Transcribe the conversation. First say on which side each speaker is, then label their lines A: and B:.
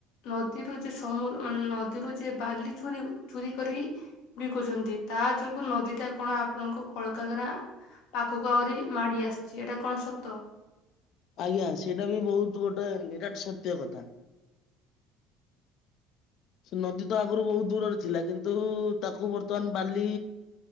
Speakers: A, on the left; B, on the left.
A: ନଦୀରୁ ଯେ ସମୁ ମାନେ ନଦୀରୁ ଯେ ବାଲି ଚୁରି ଚୁରି କରି ବିକୁଛନ୍ତି। ତା ଯୋଗୁ ନଦୀ ଟା କଣ ଆପଣଙ୍କ କଳକାଗାରା। ପାଖକୁ ଆହୁରି ମାଡି ଆସିଛି ଏଇଟା କଣ ସତ।
B: ଆଜ୍ଞା, ସେଇଟା ବି ବହୁତ ଗୋଟେ ନିରାଟ ସତ୍ୟ କଥା। ସେ ନଦୀ ତ ଆଗରୁ ବହୁତ ଦୂରରେ ଥିଲା କିନ୍ତୁ ତାକୁ ବର୍ତ୍ତମାନ ବାଲି